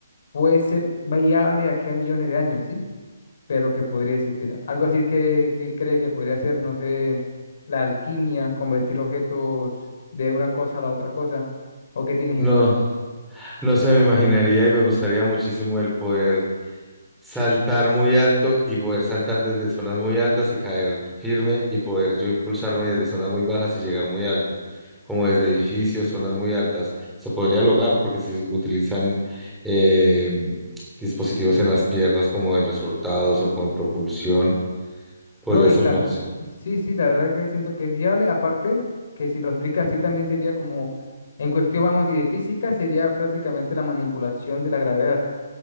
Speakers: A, on the left (about 55°); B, in the centre.
A: puede ser viable de aquí a millones de años, sí, pero que podría existir. Algo así que, que cree que podría ser, no sé, la alquimia, convertir objetos de una cosa a la otra cosa, o qué tienes
B: no,
A: en mente.
B: no se me imaginaría y me gustaría muchísimo el poder saltar muy alto y poder saltar desde zonas muy altas y caer firme y poder yo impulsarme desde zonas muy bajas y llegar muy alto, como desde edificios, zonas muy altas. Se podría lograr porque si se utilizan eh, dispositivos en las piernas como en resultados o con propulsión, podría
A: No, y
B: ser
A: están,
B: una opción.
A: sí, sí, la verdad que siento que es viable. Aparte, que si lo explicas así también sería como, en cuestión, vamos, y de física, sería prácticamente la manipulación de la gravedad.